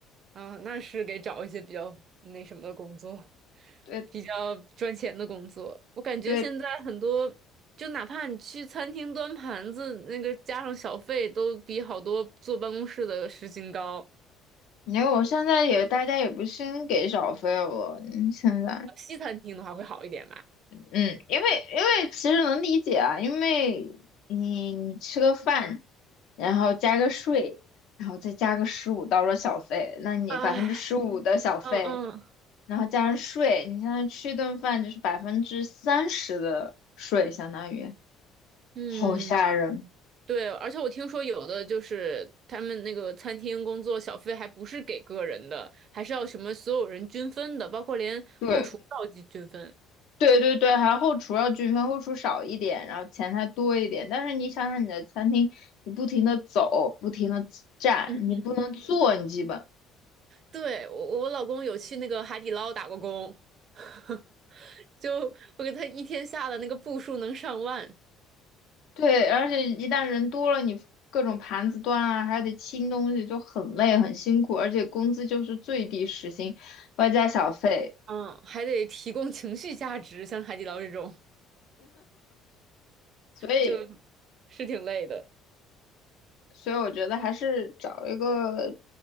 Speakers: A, on the right; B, on the left.
A: 啊，那是给找一些比较那什么的工作，<laughs>
B: 对
A: 比较赚钱的工作。我感觉现在很多，
B: 对。
A: 就哪怕你去餐厅端盘子，那个加上小费，都比好多坐办公室的时薪高。
B: 因为我现在也大家也不兴给小费了，嗯现在，
A: 呃西餐厅的话会好一点吧？
B: 嗯，因为因为其实能理解啊，因为你你吃个饭，然后加个税，然后再加个十五到了小费，那你百分之十五的小费，
A: 唉，嗯
B: 然后加上税，你现在吃一顿饭就是百分之三十的税，相当于
A: 嗯。
B: 好吓人。
A: 对，而且我听说有的就是他们那个餐厅工作小费还不是给个人的，还是要什么所有人均分的，包括连后厨都要均分。
B: 对，对对对，还有后厨要均分，后厨少一点，然后前台多一点。但是你想想，你的餐厅，你不停的走，不停的站，
A: 嗯，
B: 你不能坐，你基本
A: 对，我我老公有去那个海底捞打过工，<laughs> 就我给他一天下的那个步数能上万，
B: 对，而且一旦人多了，你各种盘子端啊，还得清东西，就很累很辛苦，而且工资就是最低时薪，外加小费，
A: 嗯，还得提供情绪价值，像海底捞这种
B: 所以
A: 就是挺累的。
B: 所以我觉得还是找一个，